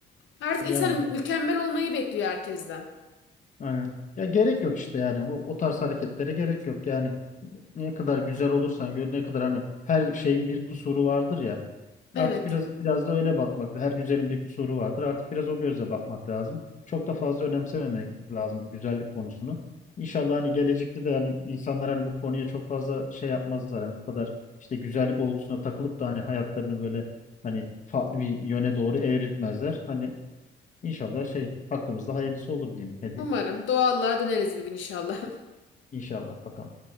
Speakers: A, on the left; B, on the left.
A: Artık
B: yani
A: insan mükemmel olmayı bekliyor herkesten.
B: aynen. Ya gerek yok işte yani o, o tarz hareketlere gerek yok yani. Ne kadar güzel olursan gör ne kadar hani her şeyin bir kusuru vardır ya. Artık
A: Evet.
B: biraz biraz da öyle bakmak. Her güzelin bir kusuru vardır. Artık biraz o gözle bakmak lazım. Çok da fazla önemsememek lazım bu güzellik konusunu. İnşallah hani gelecekte de hani insanlar hani bu konuya çok fazla şey yapmazlar. Hani bu kadar işte güzellik olgusuna takılıp da hani hayatlarını böyle hani farklı bir yöne doğru evriltmezler. Hani inşallah şey hakkımızda hayırlısı olur diyeyim. Ne diyeyim?
A: Umarım doğallığa döneriz bir gün inşallah. <laughs>
B: İnşallah bakalım.